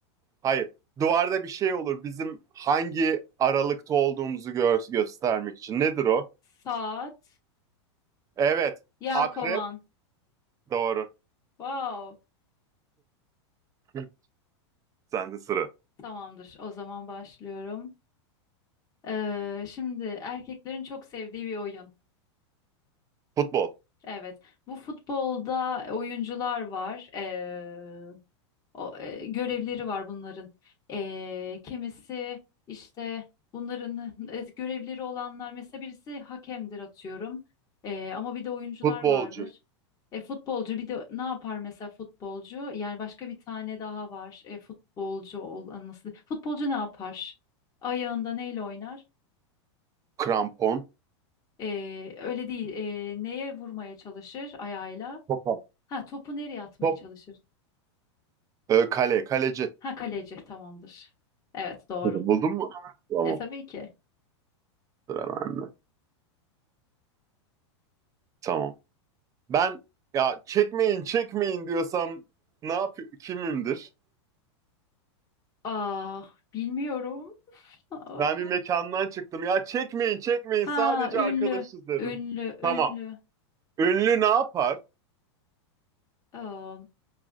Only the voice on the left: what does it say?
Saat.
Yelkovan.
Wow.
Tamamdır. O zaman başlıyorum. Ee, şimdi erkeklerin çok sevdiği bir oyun.
Evet. Bu futbolda oyuncular var. Ee, O, e, görevleri var bunların. E, kimisi işte bunların e, görevleri olanlar mesela birisi hakemdir atıyorum. E, ama bir de oyuncular
vardır. E, futbolcu bir de ne yapar mesela futbolcu? Yani başka bir tane daha var. E, futbolcu olan nasıl? Futbolcu ne yapar? Ayağında neyle oynar?
E, öyle değil. E, neye vurmaya çalışır ayağıyla?
Ha topu nereye atmaya
çalışır?
Ha kaleci tamamdır. Evet doğru.
E tabii ki.
Aa, bilmiyorum. Aa.
Ha,
ünlü,
ünlü,
ünlü.
Aa,